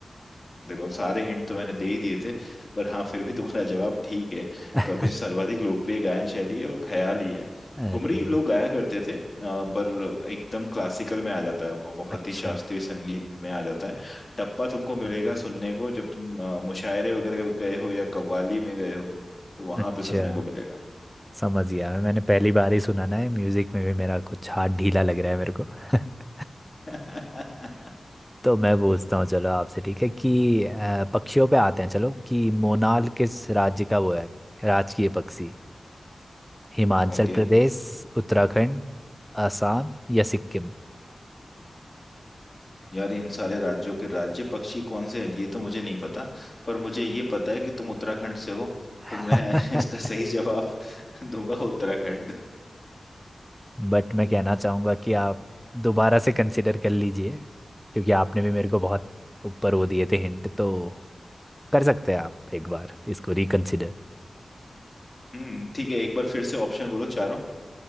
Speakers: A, on the left; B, in the centre.
A: देखो सारे हिंट तो मैंने दे ही दिए थे पर हाँ फिर भी तुम्हारा जवाब ठीक है
B: <laughs>
A: तो अभी जो सर्वाधिक लोकप्रिय गायन शैली है वो ख्याली है
B: अरे
A: ठुमरी लोग गाया करते थे अ, पर एकदम क्लासिकल में आ जाता है वो बहुत
B: अच्छा
A: ही शास्त्रीय संगीत में आ जाता है टप्पा तुमको मिलेगा सुनने को जब तुम अ, मुशायरे वगैरह गए हो या कव्वाली में गए हो तो वहां
B: अच्छा
A: पे सुनने को मिलेगा
B: समझ गया मैं मैंने पहली बार ही सुना ना है म्यूजिक में भी मेरा कुछ हाथ ढीला लग रहा है मेरे को <laughs>
A: <laughs>
B: तो मैं पूछता हूँ चलो आपसे ठीक है कि अ, पक्षियों पे आते हैं चलो कि मोनाल किस राज्य का वो है राजकीय पक्षी हिमाचल
A: ओके
B: प्रदेश उत्तराखंड असम या सिक्किम
A: यार इन सारे राज्यों के राज्य पक्षी कौन से हैं ये तो मुझे नहीं पता पर मुझे ये पता है कि तुम उत्तराखंड से हो
B: <laughs>
A: तो मैं <laughs> इसका सही जवाब <laughs> दूंगा उत्तराखंड
B: बट मैं कहना चाहूँगा कि आप दोबारा से कंसिडर कर लीजिए क्योंकि आपने भी मेरे को बहुत ऊपर वो दिए थे हिंट तो कर सकते हैं आप एक बार इसको रिकंसिडर
A: हम्म ठीक है एक बार फिर से ऑप्शन बोलो चारों